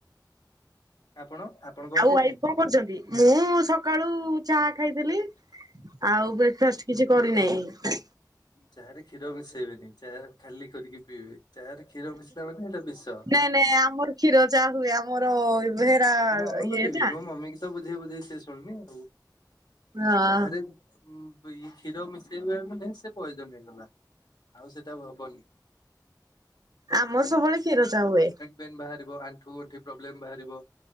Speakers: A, on the left; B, on the right.
A: ଆପଣ? ଆପଣ କଣ
B: ଆଉ
A: ଖାଇଥିଲେ?
B: ୱାଇଫ କଣ କରୁଚନ୍ତି ମୁଁ ସକାଳୁ ଚାହା ଖାଇଥିଲି। ଆଉ ବ୍ରେକ୍ଫାଷ୍ଟ କିଛି କରିନାହିଁ।
A: ଚାରେ କ୍ଷୀର ବସେଇବେନି ଚାହା ଖାଲି କରିକି ପିଇବେ। ଚାରେ କ୍ଷୀର ମିଶିଲା ମାନେ ଏଇଟା ବିଷ।
B: ନାଇଁ ନାଇଁ ଆମର କ୍ଷୀର ଚା ହୁଏ ଆମର ବେହେରା
A: ମୁଁ ଆମ
B: ଇଏ
A: ଘରେ ବି
B: ନା।
A: ମୋ ମମି କି ତ ବୁଝେଇ ବୁଝେଇ ସେ ଶୁଣୁନି ଆଉ।
B: ହଁ
A: ଚାହା ରେ ବି ଉଇ କ୍ଷୀର ମିଶେଇବା ମାନେ ସେ ପଇଜନ ହେଇଗଲା ଆଉ ସେଟା ହବନି।
B: ଆମର ସବୁବେଳେ କ୍ଷୀର ଚା ହୁଏ।
A: ପେନ ବାହାରିବ ଆଣ୍ଠୁଗଣ୍ଠି ପ୍ରୋବ୍ଲେମ ବାହାରିବ।